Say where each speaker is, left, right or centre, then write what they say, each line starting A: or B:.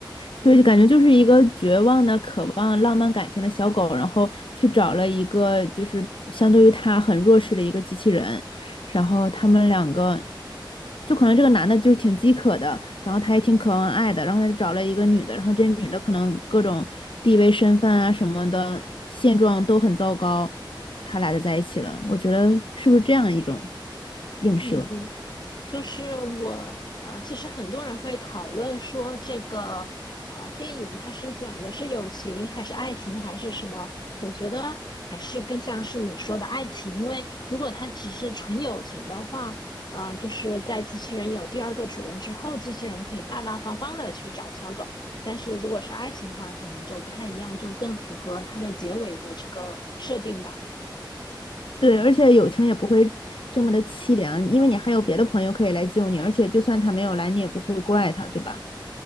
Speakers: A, on the left; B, on the left.
A: 对，就感觉就是一个绝望的、渴望浪漫感情的小狗，然后去找了一个就是相对于他很弱势的一个机器人，然后他们两个，就可能这个男的就是挺饥渴的，然后他也挺渴望爱的，然后他就找了一个女的，然后这女的可能各种地位、身份啊什么的现状都很糟糕，他俩就在一起了。我觉得是不是这样一种映射？
B: 嗯，嗯，就是我呃，其实很多人会讨论说这个呃电影它是讲的是友情还是爱情还是什么？我觉得还是更像是你说的爱情，因为如果它只是纯友情的话，啊、就是在机器人有第二个主人之后，机器人可以大大方方的去找小狗，但是如果是爱情的话，可能就不太一样，就更符合它的结尾的这个设定吧。
A: 对，而且友情也不会这么的凄凉，因为你还有别的朋友可以来救你，而且就算他没有来，你也不会怪他，对吧？